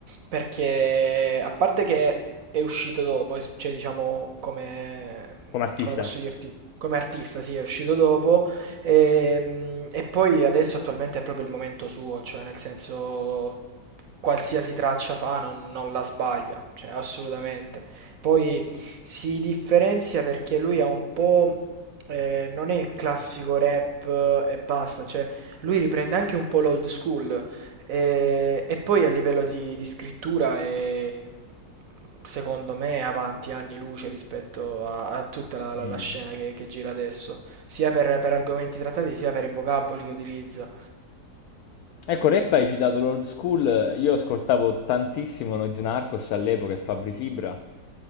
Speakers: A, on the right; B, on the left.
A: perché a parte che è uscito dopo, es- cioè diciamo come,
B: come artista?
A: come posso dirti, come artista, sì, è uscito dopo, ehm, e poi adesso attualmente è proprio il momento suo, cioè nel senso qualsiasi traccia fa non, non la sbaglia, cioè assolutamente. Poi si differenzia perché lui ha un po'... eh, non è il classico rap eh, e basta, cioè lui riprende anche un po' l'old school eh, e, poi a livello di, di scrittura è, secondo me, è avanti anni luce rispetto a, a tutta la, la-
B: Mm.
A: la scena che, che gira adesso, sia per, per argomenti trattati, sia per i vocaboli che utilizza.
B: Ecco, rap hai citato l'old school, io ascoltavo tantissimo Noyz Narcos all'epoca e Fabri Fibra,